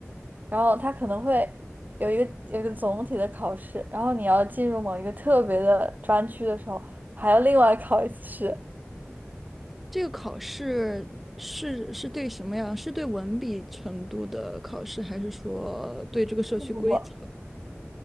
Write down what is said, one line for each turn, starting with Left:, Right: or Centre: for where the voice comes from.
Right: 然后它可能会有一个有一个总体的考试，然后你要进入某一个特别的专区的时候，还要另外考一次试。
Centre: 这个考试是是对什么呀？是对文笔程度的考试，还是说对这个社区规则？
Right: 不不不。